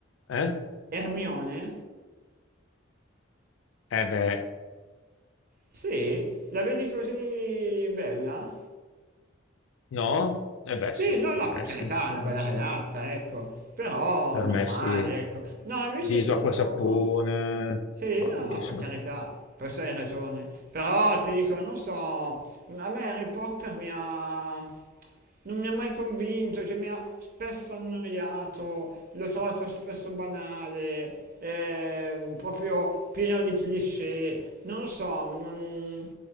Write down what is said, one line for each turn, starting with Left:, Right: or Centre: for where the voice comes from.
Left: Eh?
Right: Hermione,
Left: Eh beh,
Right: sì, la vedi così bella?
Left: no? Eh beh
Right: Sì,
Left: sì,
Right: no,
Left: per
Right: no,
Left: me
Right: per carità,
Left: sì,
Right: è
Left: per
Right: una bella
Left: me sì.
Right: ragazza, ecco, però
Left: Per
Right: normale,
Left: me sì.
Right: ecco. No, invece
Left: Viso,
Right: ti
Left: acqua,
Right: dico...
Left: e sapone,
Right: Sì,
Left: ma
Right: no,
Left: bellissimo.
Right: no, per carità, forse hai ragione, però ti dico, non so, a me Harry Potter mi ha... non mi ha mai convinto, cioè mi ha spesso annoiato, l'ho trovato spesso banale, ehm, proprio pieno di cliché, non lo so, non,